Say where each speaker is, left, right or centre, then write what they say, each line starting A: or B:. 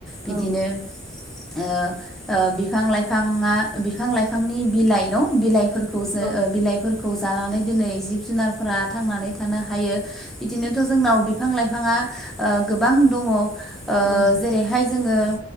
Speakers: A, in the centre; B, on the right.
A: बिदिनो
B: औ
A: ओ ओ बिफां लाइफाङा बिफां लाइफांनि बिलाइ न' बिलाइफोर खौ
B: औ
A: जो बिलाइफोरखौ जानानै दिनै जिब जुनारफोरा थांनानै थानो हायो बिदिनोथ' जोंनाव बिफां लाइफाङा ओ गोबां दङ ओ
B: औ
A: जेरैहाय जोङो